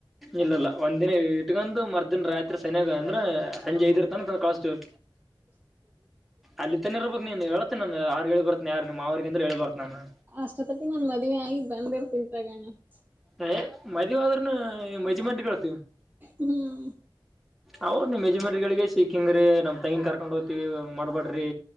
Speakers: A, in the centre; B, on the right.
A: ಇಲ್ಲ ಇಲ್ಲ ಒಂದ್ ದಿನ ಇಟ್ಕಂದು ಮರದ್ದಿನ್ ರಾತ್ರಿ ಸನೆದ ಅಂದ್ರ ಸಂಜೆ ಐದಿರ್ತಾನ ಸ್ವಲ್ ಕಳಸ್ತೀವಿ. ಅಲ್ಲಿತೇನ ಇರಬಕ್ ನೀನ್ ಹೇಳ್ತೇನ ನಾ ಹೇಳಿ ಬರ್ತೀನಿ ಯಾರ ನಿಮ್ ಮಾವರಿಗ ಅಂದ್ರ ಹೇಳಿ ಬರ್ತೇನ ನಾನ
B: ಅಷ್ಟೊತ್ತಟ್ಟಿಗೆ ನನ್ನ ಮದ್ವಿ ಆಗಿ ಗಂಡ ಬಂದಿರ್ <unintelligible>
A: ಆಯ ಮದ್ವಿ ಆದ್ರೂನು <unintelligible>
B: ಹ್ಮ್.
A: ಅವ್ ನಿಮ್ ಯಜಮಾನ್ರುಗಳಿಗೆ ಸಿಕ್ಕಿಂಗ್ರೀ ನಮ್ ತಂಗಿನ್ ಕರ್ಕೊಂಡ್ ಹೋತೀವಿ ಹಂಗ ಮಾಡ್ಬಾಡ್ರಿ